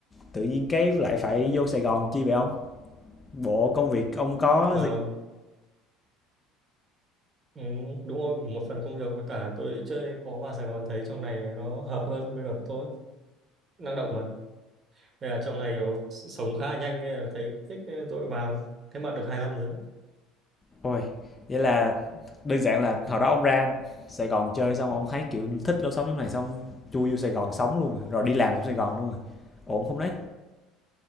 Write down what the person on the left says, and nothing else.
tự nhiên cái lại phải vô Sài Gòn chi vậy ông bộ công việc ông có
gì
ôi vậy là đơn giản là hồi đó ông ra Sài Gòn chơi xong ông thấy kiểu thích lối sống như này xong chui vô Sài Gòn sống luôn rồi, rồi đi làm trong Sài Gòn luôn rồi ổn không đấy